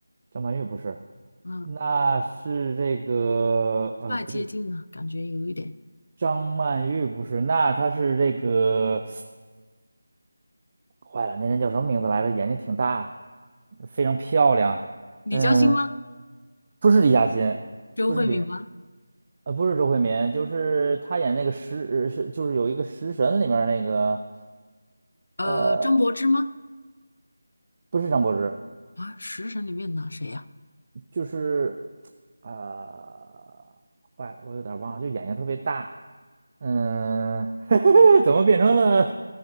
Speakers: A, on the right; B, on the left.
A: 张曼玉不是，
B: 嗯，
A: 那是这个，呃，
B: 太接近了，
A: 不对，
B: 感觉有一点。
A: 张曼玉不是，那她是这个，<sucks teeth> 坏了，那人叫什么名字来着？眼睛挺大，非常漂亮。
B: 李嘉欣吗？
A: 嗯，不是李嘉欣，
B: 周慧敏吗？
A: 不是李。呃，不是周慧敏，就是她演那个食是就是有一个食神里面儿那个，
B: 呃，
A: 呃，
B: 张柏芝吗？
A: 不是张柏芝，
B: 啊，食神里面的谁呀、
A: 就是呃，坏了，我有点儿忘了，就眼睛特别大，嗯，<laughs> 怎么变成了